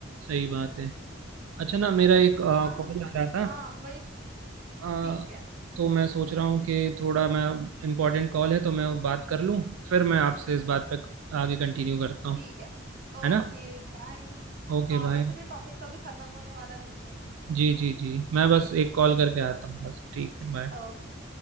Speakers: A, on the right; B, on the right.
A: सही बात है अच्छा ना मेरा एक कॉल
B: हाँ और मुझ
A: आ रहा था
B: हाँ वही
A: अ,
B: ठीक है
A: तो मैं सोच रहा हूँ कि थोड़ा मैं इम्पोर्टेंट कॉल है तो मैं बात कर लूँ फिर मैं आपसे इस बात पे आगे कंटिन्यू करता हूँ
B: ठीक है ओके
A: है ना
B: बाय
A: Okay
B: हाँ
A: bye
B: वैसे भी टॉपिक कभी खत्म होने वाला नहीं है
A: जी जी जी मैं बस एक कॉल करके
B: हाँ
A: आता हूँ बस ठीक है बाय
B: ओके